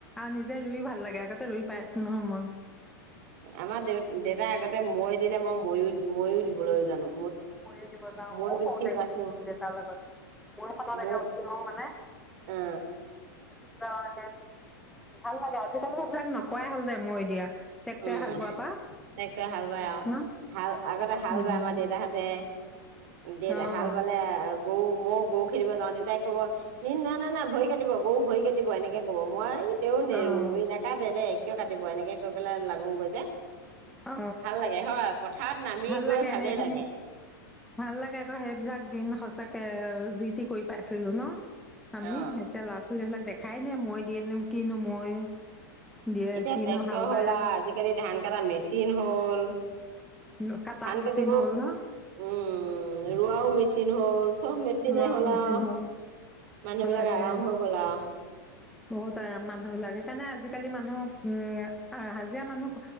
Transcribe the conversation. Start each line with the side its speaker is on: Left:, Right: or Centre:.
Centre: আৰু নিজে ৰুই ভাল লাগে আগতে ৰুই পাইছোঁ নহয় মই
Right: আমাৰ দেউ দেউতাই আগতে মৈ দিলে, মই ময়ো ময়ো দিবলৈ জানো
Centre: ময়ো দিব যাও,
Right: মৈত
Centre: ময়ও সওতে
Right: উঠি পাইছো
Centre: গৈছো কিন্তু দেউতাৰ লগত ময়ো সতলৈকে
Right: মই
Centre: উঠি লও মানে
Right: অ
Centre: উঠি লওঁ ভাল লাগে আজিকালি এইবিলাক নোপোৱাই হ'ল দে মৈ দিয়া। ট্ৰেক্টৰে
Right: উম
Centre: হাল বোৱাৰ পৰা
Right: ট্ৰেক্টৰে হাল বায় আও
Centre: ন
Right: হাল আগতে হাল
Centre: উম
Right: বায় আমাৰ দেউতাহঁতে। দে
Centre: অঁ
Right: হাল বালে, গৰু মই গৰু খেদিব যাওঁ। দেউতাই কব না না না ভৰি কাটিব গৰু ভৰি কাটিব এনেকে কব। মই, তেও নেৰু,
Centre: অঁ
Right: নাকাটে দে কিয় কাটিব এনেকে কৈ। গৈ পেলাই লাগোঙগৈ যে
Centre: অ
Right: ভাল লাগে হয় পথাৰত নামি
Centre: ভাল
Right: গৈ
Centre: লাগে,
Right: ভালেই
Centre: সেইখিনি
Right: লাগে
Centre: ভাল লাগে আকৌ সেইবিলাক দিন স চাকে যি টি কৰি পাইছিলো ন্‌। আমিও
Right: অ
Centre: এতিয়া ল'ৰা -ছোৱালি বিলাক দেখাই নাই, মৈ দিয়েনো কিনো মৈ? দিয়ে
Right: এতিয়া
Centre: কিনো
Right: ট্ৰেক্টৰ
Centre: হাল
Right: হ'ল
Centre: বাই
Right: আও আজিকালি ধান কাটা মেচি চিন হ'ল।
Centre: ন- কাটা
Right: ধান
Centre: মেচিন
Right: কাটিব,
Centre: হ'ল ন
Right: উম- ৰোৱাও মেচিন হ'ল। হ'লচ্‌ চব মেচিনে
Centre: ৰোৱাও
Right: হ'ল
Centre: মেচিন
Right: আও,
Centre: হ'ল
Right: মানুহবিলাকে
Centre: হয় দে
Right: আৰাম হৈ গ'ল আও।
Centre: বহুত আৰাম মানুহ বিলাক। সেইকাৰণে আজিকালি মানুহ উম হা হাজিয়া মানুহ